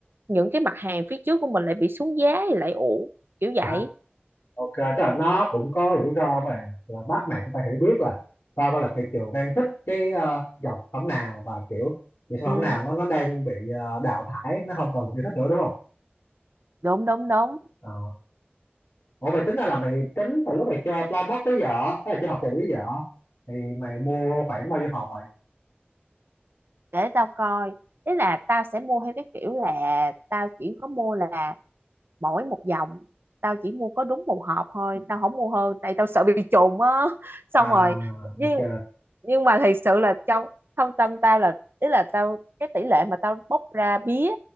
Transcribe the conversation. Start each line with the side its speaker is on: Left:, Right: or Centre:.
Right: những cái mặt hàng phía trước của mình lại bị xuống giá thì lại uổng kiểu vậy
Left: à, OK, tức là nó cũng có rủi ro và là bắt mày cũng phải hiểu biết là coi coi là thị trường đang thích cái ờ, dòng sản phẩm nào và kiểu những sản
Right: Ừ,
Left: phẩm nào nó nó đang bị ờ, đào thải, nó không còn được yêu thích nữa đúng không?
Right: đúng đúng đúng
Left: Ờ. Ủa mày tính ra là mày tính từ lúc mày chơi Playbox tới giờ, tức là chơi hộp bù tới giờ thì mày mua khoảng bao nhiêu hộp vậy?
Right: để tao coi ý là tao sẽ mua theo cái kiểu là tao chỉ có mua là mỗi một dòng tao chỉ mua có đúng một hộp thôi tao không mua hơn tại tao sợ bị trùng á <laughs> xong
Left: À,
Right: rồi nhưng
Left: OK.
Right: nhưng mà thật sự là trong thâm tâm tao là ý là tao cái tỷ lệ mà tao bóc ra bía